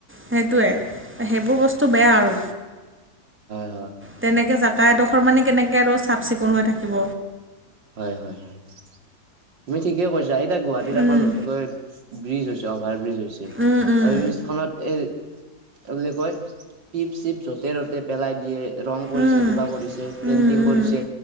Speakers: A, in the centre; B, on the right.
A: সেইটোৱেই, সেইবোৰ বস্তু বেয়া
B: হয়
A: আৰু।
B: হয় হয়
A: তেনেকৈ জাগা এডোখৰ মানে কেনেকৈ আৰু চাফ চিকুণ হৈ থাকিব।
B: হয়, হয়, হয়, তুমি ঠিকে কৈছা। এইতিয়া গুৱাহাটীত
A: উম
B: এখন নতুনকৈ ব্ৰিজ হৈছে, অভাৰ বিজ হৈছে আৰু
A: উম উম
B: ব্ৰীজ খনত এই তেওঁ বুলি কয়, পিক চিক যতে ত'তে পেলাই দিয়ে। ৰং কৰিছে,
A: উম
B: কিবা কৰিছে, পেইণ্টিং
A: উম উম
B: কৰিছে,